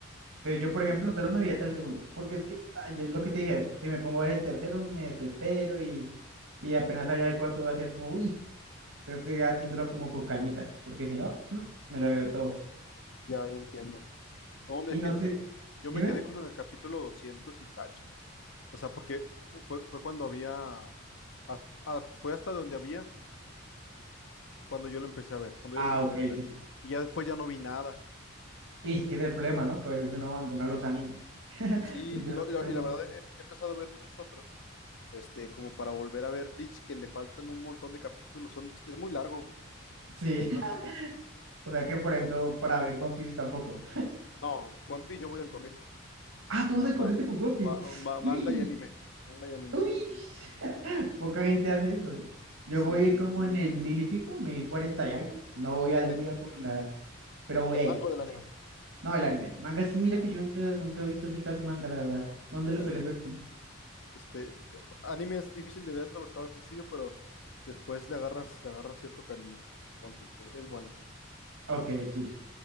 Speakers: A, on the right; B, on the left.
A: Entonces yo,
B: Ok,
A: por ejemplo, solo me vi hasta el segundo, porque es que, ay, yo- lo que te dije, si me pongo a ver el tercero me desespero y, y apenas salga el cuarto va a ser como, uy, entonces estoy haciéndolo como con calmita, porque si no, mm, me lo veo todo.
B: ya, ya entiendo. No, mira,
A: Y no
B: es
A: sé,
B: que yo
A: dime.
B: me quedé como en el capítulo 200 y cacho. O sea, porque fue, fue cuando había, hasta- hasta- fue hasta donde había cuando yo lo empecé a ver, cuando
A: Ah,
B: yo lo terminé
A: ok,
B: de ver.
A: sí.
B: Y ya después ya no vi nada.
A: Y es que es el problema, ¿no? Que a veces uno abandona los animes. <laughs>
B: Sí,
A: Literalmente
B: y, lo- y la, y
A: uno.
B: la verdad he, he empezado a ver muchos otros. Este, como para volver a ver Bleach, que le faltan un montón de capítulos. Son, es muy largo,
A: Sí.
B: muy largo
A: <laughs>
B: Bleach.
A: O sea que, por ejemplo, para ver One Piece tampoco.
B: No, One Piece yo voy al corriente.
A: Ah, tú
B: Ma-
A: vas al
B: ma-
A: corriente con One Piece.
B: ma- ma-
A: Uy,
B: manga y anime. Manga y anime.
A: uy. <laughs> Poca gente hace eso, ¿eh? Yo
B: Sí,
A: voy
B: sí.
A: como en el mil y pico, mil cuarenta y algo. No voy al
B: De-
A: día con la. Pero voy
B: del
A: ahí.
B: mango del anime.
A: No, el anime. Manga sí, mira
B: Ah,
A: que yo nunca, nunca he visto así casi manga, la verdad. ¿Dónde
B: ya
A: lo sueles
B: entiendo.
A: ver tú?
B: Este, anime es difícil de ver, sobre todo al principio, pero después le agarras, le agarras cierto cariño. One Piece es, es bueno.
A: Ok, sí.